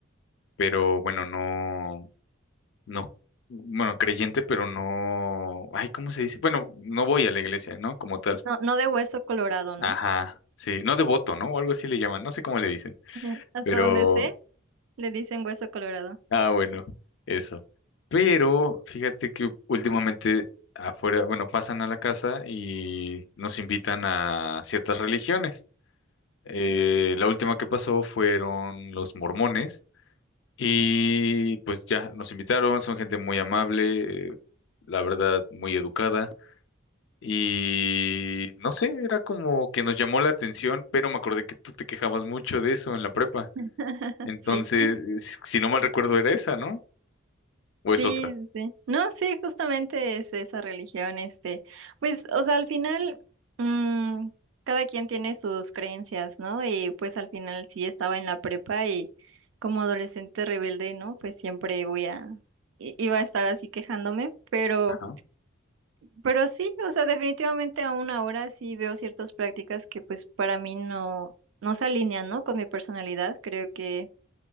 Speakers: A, on the left; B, on the right.
A: pero bueno, no, no, bueno, creyente, pero no, ay, ¿cómo se dice? Bueno, no voy a la iglesia, ¿no? Como tal.
B: no, no de hueso colorado, ¿no?
A: Ajá, sí, no devoto, ¿no? O algo así le llaman, no sé cómo le dicen, Oh,
B: <laughs> Hasta
A: pero
B: donde sé, le dicen hueso colorado,
A: Ah, bueno, eso. Pero fíjate que últimamente afuera, bueno, pasan a la casa y nos invitan a ciertas religiones. Eh, la última que pasó fueron los mormones y pues ya nos invitaron, son gente muy amable, eh, la verdad, muy educada. Y no sé, era como que nos llamó la atención, pero me acordé que tú te quejabas mucho de eso en la prepa.
B: <laughs>
A: Entonces,
B: sí.
A: si no mal recuerdo, era esa, ¿no? ¿O es
B: Sí,
A: otra?
B: sí, sí. No, sí, justamente es esa religión, este, pues, o sea, al final, mm, cada quien tiene sus creencias, ¿no? Y pues al final sí estaba en la prepa y como adolescente rebelde, ¿no? Pues siempre voy a, i- iba a estar así quejándome, pero,
A: Ajá.
B: pero sí, o sea, definitivamente aún ahora sí veo ciertas prácticas que pues para mí no, no se alinean, ¿no? Con mi personalidad, creo que